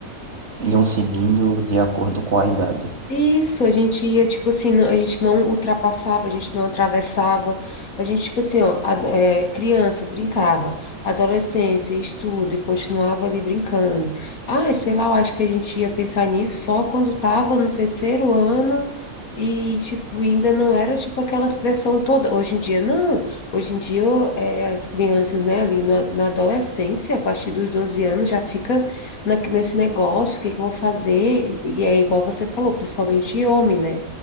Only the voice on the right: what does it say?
iam seguindo de acordo com a idade.